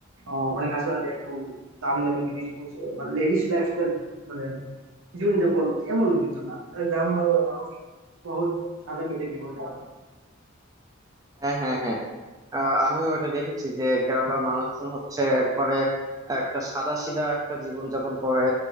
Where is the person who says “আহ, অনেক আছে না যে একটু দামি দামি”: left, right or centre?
Right